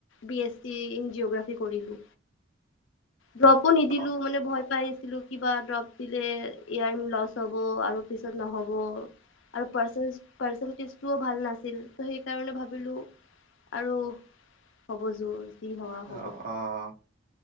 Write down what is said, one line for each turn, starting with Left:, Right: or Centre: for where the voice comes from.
Left: বি ইচ চি জিগ্ৰফি কৰিলে চব নিদিলো
Right: অ
Left: মানে ভয় পাইছ ছিলো কিবা ড্ৰপ দিলে এ আই লচ হ'ব আৰু পিছত নহ'ব। আৰু পাৰচেণ্ট - পাৰ্চেন্টেজ টো ও ভাল নাছিল ত সেইকাৰণে ভাবিলো আৰু হ'ব জোৰ যি হোৱা হ'ব
Right: অ', অ',